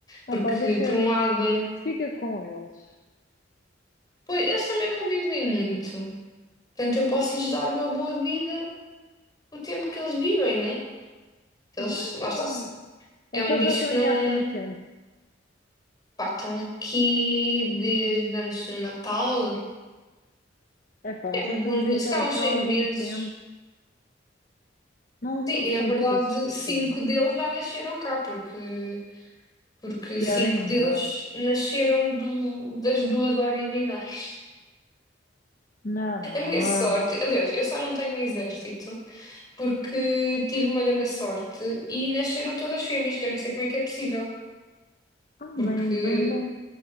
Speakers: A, on the left; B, on the left.
A: Ah
B: Porque,
A: pá, deixa,
B: por um lado,
A: fica com eles.
B: pois, eles também não vivem muito. Portanto, eu posso lhes dar uma boa vida o tempo que eles vivem, né? Eles,
A: Sim, não,
B: lá
A: não.
B: está.
A: É
B: É um
A: que eles
B: bicho
A: já estão
B: que
A: aí
B: não.
A: há quanto tempo?
B: Pá, estão aqui desde antes do Natal.
A: É pá, eles
B: É, uns
A: já estão
B: bons
A: habituados
B: meses, se calhar uns
A: há
B: seis
A: algum
B: meses.
A: tempo. Não,
B: Sim,
A: não soltes
B: e na verdade,
A: esses peixinhos.
B: cinco deles já nasceram cá, porque, porque
A: Pior
B: cinco
A: ainda.
B: deles nasceram do, das duas originais.
A: Não, não.
B: A minha sorte,
A: Ah,
B: aliás, eu só não tenho um exército. porque tive uma grande sorte e nasceram todas fêmeas, que eu nem sei como é que é possível,
A: ah,
B: porque
A: bem, bem bom.